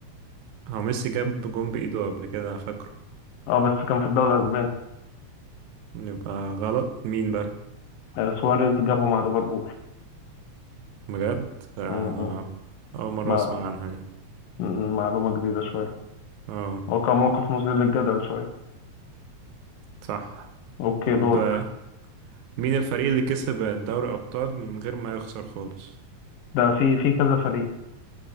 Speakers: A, on the right; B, on the left.
A: هو ميسي جاب جون بإيده قبل كده أنا فاكره
B: اه بس كان في الدوري الأسباني
A: يبقى غلط مين بقى
B: آه، سواريز جابه مع ليفربول
A: بجد آه،
B: مم، مم.
A: أول مرة
B: مع
A: أسمع عنها دي
B: مم، معلومة جديدة شوية
A: اه
B: هو كان موقف مثير للجدل شوية
A: صح
B: أوكي
A: طب
B: دورك
A: آه، مين الفريق اللي كسب دوري أبطال من غير ما يخسر خالص
B: ده في في كذا فريق